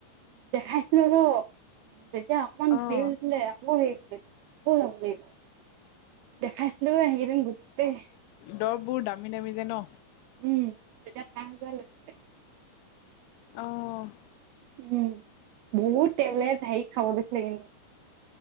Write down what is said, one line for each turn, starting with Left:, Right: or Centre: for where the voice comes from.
Right: দেখাইছিলোটো তেতিয়া অকমান
Left: অ
Right: হে হৈছিলে আকৌ হেৰি <unintelligible> দেখাইছিলো সেকেইদিন গোটেই
Left: দৰববোৰ দামী দামী যে ন?
Right: উম তেতিয়া পাঁচহাজাৰ লৈছিলে।
Left: অ'।
Right: উম বহুত টেবলেট হেৰি খাব দিছিলে কিন্তু।